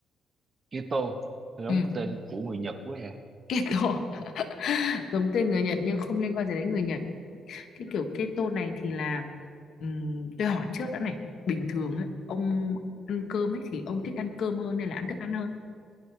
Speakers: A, on the right (about 40°); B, on the left (about 70°).
A: Keto giống
B: Ừ,
A: tên của người Nhật quá vậy
B: keto. <laughs> Giống tên người Nhật nhưng không liên quan gì đến người Nhật. Cái kiểu keto này thì là ừm, tôi hỏi trước đã này, bình thường ấy, ông ăn cơm ấy thì ông thích ăn cơm hơn hay là ăn thức ăn hơn?